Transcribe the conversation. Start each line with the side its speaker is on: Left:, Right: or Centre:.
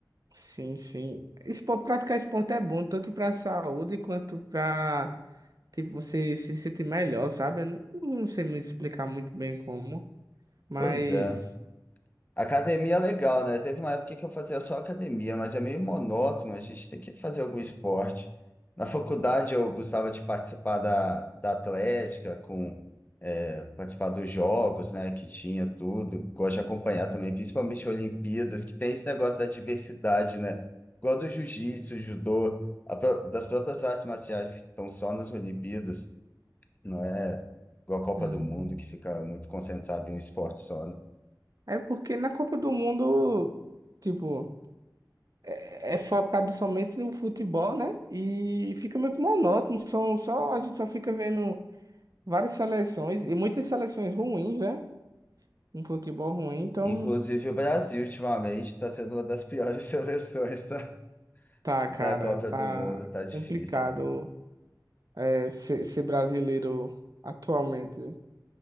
Right: Sim, sim. Espo- praticar esporte é bom, tanto para saúde quanto para tipo, você se sentir melhor, sabe? Eu não não sei muito explicar muito bem como, mas
Left: Pois é. Academia é legal, né? Teve uma época que eu fazia só academia, mas é meio monótono. A gente tem que fazer algum esporte. Na faculdade eu gostava de participar da, da atlética, com é, participar dos jogos, né? Que tinha tudo. Gosto de acompanhar também, principalmente Olimpíadas, que tem esse negócio da diversidade, né? Igual do jiu-jitsu, judô, a pró- das próprias artes marciais que estão só nas Olimpíadas. Não é igual a Copa
Right: Uhum.
Left: do Mundo, que fica muito concentrado em um esporte só, né?
Right: é porque na Copa do Mundo, tipo. é é focado somente no futebol, né? E fica meio que monótono, são só a gente só fica vendo várias seleções e muitas seleções ruins, né? Um futebol ruim, então
Left: Inclusive, o Brasil, ultimamente, está sendo uma das piores <laughs> seleções da,
Right: tá,
Left: da
Right: cara,
Left: Copa
Right: tá
Left: do Mundo. Tá difícil,
Right: complicado
Left: né?
Right: é, ser, ser brasileiro atualmente